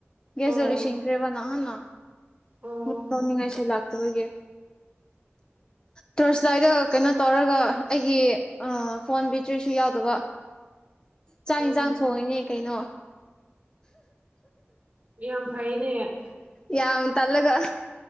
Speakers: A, on the left (about 20°); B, on the right (about 30°).
A: ꯒ꯭ꯌꯥꯁꯗꯣ
B: ꯑꯣ
A: ꯂꯣꯏꯁꯤꯟꯈꯔ꯭ꯦ ꯕ ꯅꯍꯥꯟꯅ
B: ꯑꯣ
A: ꯕꯨꯛ ꯇꯧꯅꯤꯡꯉꯥꯏꯁꯨ ꯂꯥꯛꯇꯕ ꯍꯧꯒꯦ ꯇꯣꯔꯁꯂꯥꯏꯗ ꯀꯩꯅꯣ ꯇꯧꯔꯒ ꯑꯩꯒꯤ ꯑꯥ ꯐꯣꯟ ꯕꯦꯇꯔꯤ ꯁꯨ ꯌꯥꯎꯗꯕ ꯆꯥꯛ
B: ꯎꯝ
A: ꯏꯟꯖꯥꯡ ꯊꯣꯡꯉꯤꯅꯤ ꯀꯩꯅꯣ
B: ꯌꯥꯝ ꯐꯩꯅꯦ
A: ꯌꯥꯝ ꯇꯜꯂꯒ